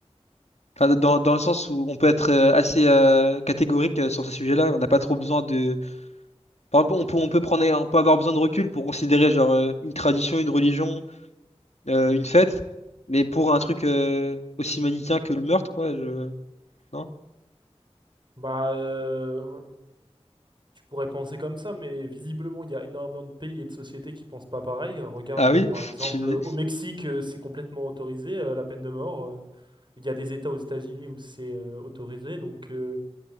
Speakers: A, on the left; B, on the right.
A: Enfin, dans, dans le sens où on peut être euh, assez euh, catégorique euh, sur ces sujets-là, on n'a pas trop besoin de... Par exemple, on peut, on peut prendre, on peut avoir besoin de recul pour considérer genre euh, une tradition, une religion, euh, une fête, mais pour un truc euh, aussi manichéen que le meurtre, quoi, je... Non?
B: Bah, euh, Tu pourrais penser comme ça, mais visiblement, il y a énormément de pays et de sociétés qui pensent pas pareil. Euh, Regarde,
A: Ah oui?
B: euh, par exemple,
A: <laughs> Tu-
B: euh, au Mexique, euh, c'est complètement autorisé, euh, la peine de mort. Euh, Il y a des États aux États-Unis où c'est euh, autorisé, donc euh,